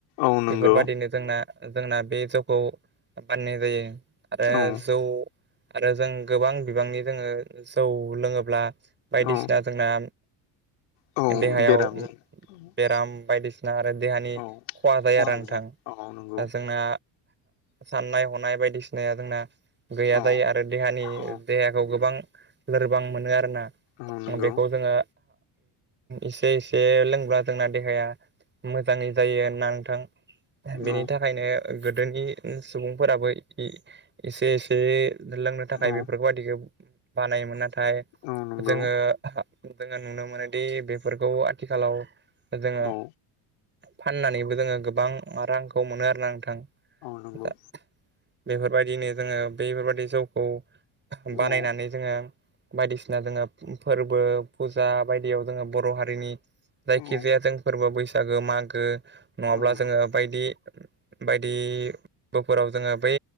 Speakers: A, on the left; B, on the right.
A: औ नंगौ
B: बेफोरबादिनो जोंना जोंना बे जौखौ बानायनाय जायो। आरो
A: औ
B: जौ आरो जों गोबां बिबांनि जोङो जौ लोङोब्ला बायदिसिना
A: औ
B: जोंना
A: औ
B: देहायाव
A: बेराम जानो
B: बेराम बायदिसिना आरो देहानि
A: औ
B: खहा जायो
A: खहाबो
B: आरो नोंथां।
A: जा
B: दा
A: औ नंगौ
B: जोंना साननाय हनाय बायदिसिनाया जोंना गैया
A: औ
B: जायो। आरो देहानि
A: औ
B: देहाखौ गोबां लोरबां मोनो आरोना
A: औ नंगौ
B: बेखौ जोङो एसे एसे लोंब्ला जोंना देहाया मोजाङै जायो होना नोंथां बेनि
A: औ
B: थाखायनो गोदोनि सुबुंफोराबो एसे एसे लोंनो थाखाय
A: औ
B: बेफोरखौ बाददिखौ बानायोमोन। नाथाय
A: औ नंगौ
B: जोङो जोङो नुनो मोनोदि बेफोरखौ आथिखालाव जोङो
A: औ
B: फाननानैबो जोङो गोबां रांखौ मोनो आरोना नोंथां।
A: नोंगौ।
B: दा बेफोरबायदिनो जोङो बैफोरबायादि जौखौ बानायनानै
A: औ
B: जोङो बायदिसिना जोङो फोर्बो फुजा बायदियाव जोङो बर' हारिनि जायखि
A: औ
B: जाया जों फोर्बो बैसागो मागो नङाब्ला
A: औ
B: जोङो बायदि बायदि बोफोराव जोङो बै